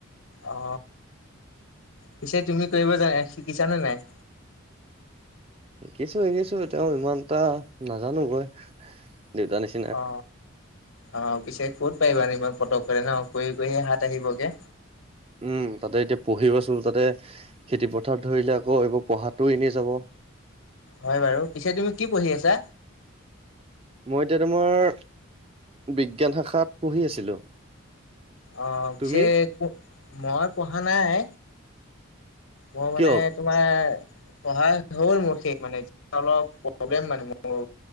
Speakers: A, on the left (about 75°); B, on the right (about 25°).
A: অ, পিছে তুমি কৰিব জানা শিকিছানে নাই?
B: শিকিছো শিকিছো তেওঁ ইমান এটা নাজানো মই দেউতা নিচি
A: অ অ পিছে ক'ত পাৰিবা ইমান পতকতে ন কৰি কৰি হাত আহিবগে।
B: উম তাতে এতিয়া পঢ়ি আছো তাতে খেতিপথাৰ ধৰিলে আকৌ এইবোৰ পঢ়াটো এনে যাব।
A: হয় বাৰু, পিছে তুমি কি পঢ়ি আছা?
B: মই এতিয়া তোমাৰ বিজ্ঞান শাখাত পঢ়ি আছিলো।
A: অ পিছে
B: তুমি
A: কো মই পঢ়া নাই, মই
B: কিয়
A: মানে তোমাৰ পঢ়া হ'ল মোৰ শেষ মানে এ অলপ প্ৰব্লেম মানে মোৰ